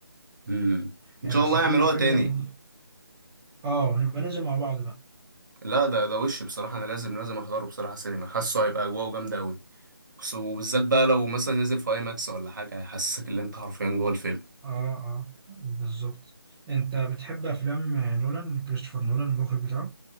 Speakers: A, on the right (about 50°); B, in the centre.
A: امم ان
B: آه،
A: شاء
B: بس
A: الله
B: فيلم
A: يعملوها
B: الفيلم
A: تاني
B: ده ب... اه نبقى ننزل مع بعض بقى
A: لا ده ده وش بصراحة أنا لازم لازم أحضره بصراحة سينما حاسه هيبقى أجواءه جامدة أوي بس- وبالذات بقى لو مثلا نزل في أي ماكس ولا حاجة هيحسسك إن أنت حرفيا جوه الفيلم
B: اه اه بالظبط انت بتحب افلام آه، نولان كريستوفر نولان المخرج بتاعه